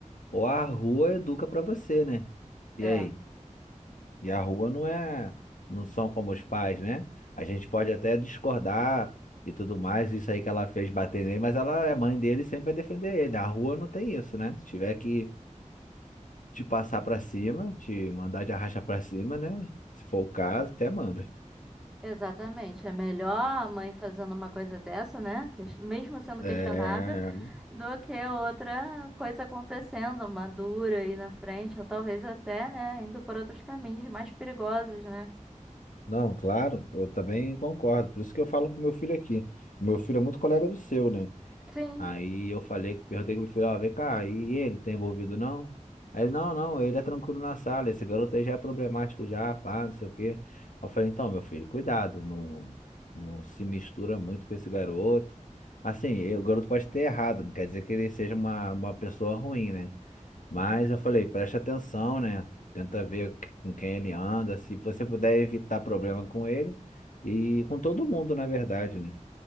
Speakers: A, on the left (about 75°); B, in the centre.
A: ou a rua educa pra você, né? E
B: É.
A: aí? E a rua não é, não são como os pais, né? A gente pode até discordar e tudo mais, isso aí que ela fez bater nele, mas ela é mãe dele e sempre vai defender ele. A rua não tem isso, né? Se tiver que Te passar pra cima, te mandar de arracha pra cima, né? Se for o caso, até manda.
B: Exatamente. É melhor a mãe fazendo uma coisa dessa, né? ques- Mesmo sendo
A: É,
B: questionável, do que outra coisa acontecendo, uma dura aí na frente, ou talvez até, né, indo por outros caminhos mais perigosos, né?
A: não, claro, eu também concordo. Por isso que eu falo com meu filho aqui. Meu filho é muito colega do seu, né?
B: Sim,
A: Aí eu falei, perguntei com meu filho, ó, vem cá, e ele tá envolvido não? Aí ele, não, não, ele é tranquilo na sala, esse garoto aí já é problemático já, pá, não sei o quê. Eu falei, então, meu filho, cuidado, não, não se mistura muito com esse garoto. Assim, eu- o garoto pode ter errado, não quer dizer que ele seja uma, uma pessoa ruim, né? Mas eu falei, preste atenção, né? Tenta ver que- com quem ele anda, se você puder evitar problema com ele e com todo mundo, na verdade, né?